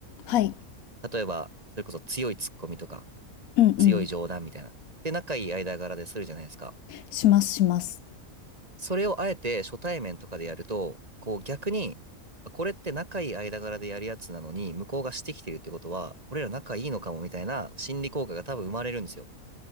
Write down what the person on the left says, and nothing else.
はい。
うんうん。
しますします。